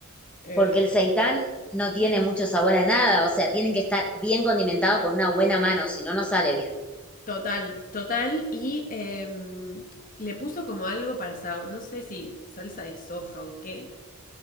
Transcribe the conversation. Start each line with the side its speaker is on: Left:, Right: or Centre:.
Left: Eh,
Centre: porque el seitán no tiene mucho sabor a nada, o sea, tiene que estar bien condimentado con una buena mano, si no, no sale bien.
Left: total, total. Y em, le puso como algo para, sa- no sé si salsa de soja o qué.